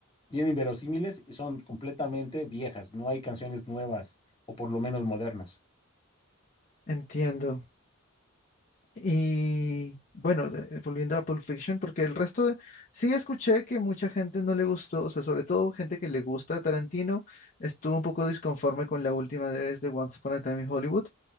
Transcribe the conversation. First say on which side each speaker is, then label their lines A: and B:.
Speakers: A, on the left (about 25°); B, on the left (about 40°).
A: bien inverosímiles y son completamente viejas. No hay canciones nuevas o por lo menos modernas.
B: Entiendo. Y bueno, de- eh, volviendo a Pulp Fiction, porque el resto de- sí escuché que mucha gente no le gustó, o sea, sobre todo gente que le gusta a Tarantino, estuvo un poco disconforme con la última vez de Once Upon a Time in Hollywood,